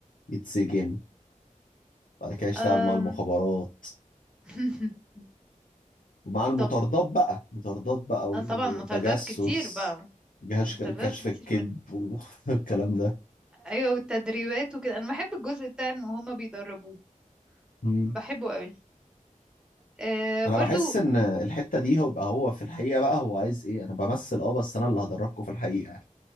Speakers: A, on the left; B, in the centre.
A: يتسجن بعد كده يشتغل
B: أم.
A: مع المخابرات
B: <laughs>
A: ومع المطاردات
B: طب
A: بقى مطاردات بقى وتجسس
B: أنا طبعا مطاردات كتير بقى
A: جهاز
B: مطاردات
A: كشف
B: كتير
A: الكذب
B: من
A: <laughs> والكلام ده
B: ايوه والتدريبات وكده انا بحب الجزء بتاع ان هما بيدربوه
A: مم.
B: بحبه قوي أه
A: انا
B: برضو
A: بحس ان الحته دي هو بقى هو في الحقيقه بقى هو عايز ايه انا بمثل اه بس انا اللي هدركه في الحقيقه